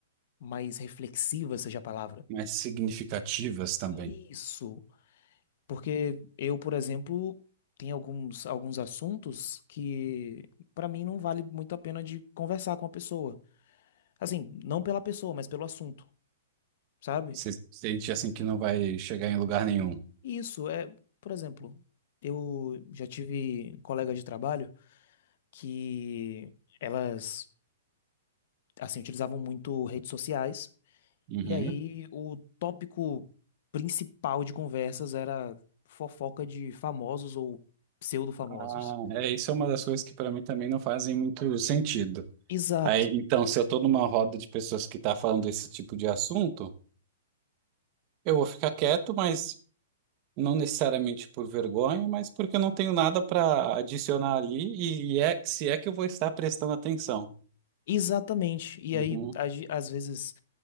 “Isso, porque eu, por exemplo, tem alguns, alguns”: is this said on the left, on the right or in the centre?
Left